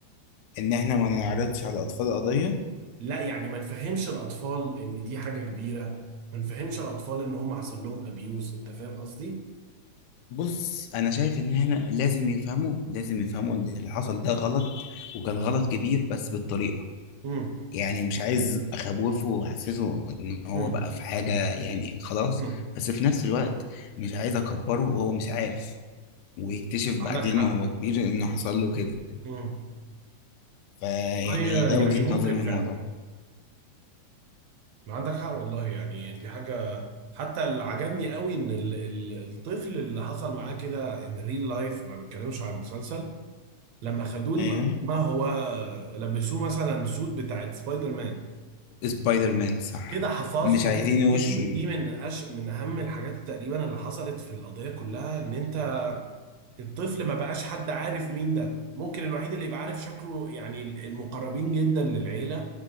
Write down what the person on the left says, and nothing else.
ان احنا ما نعرضش على اطفال قضية
بص انا شايف ان احنا لازم يفهموا لازم يفهموا ان اللي حصل ده غلط وكان غلط كبير بس بالطريقه
يعني مش عايز اخوفه واحسسه ان هو
بقى في حاجه يعني خلاص
بس في نفس الوقت مش عايز اكبره وهو مش عارف ويكتشف بعدين
وهو كبير انه حصل له كده
فيعني
ده
وجهه
نظري من
الموضوع
ايوه
سبايدر مان صح
مش
عايزين وشه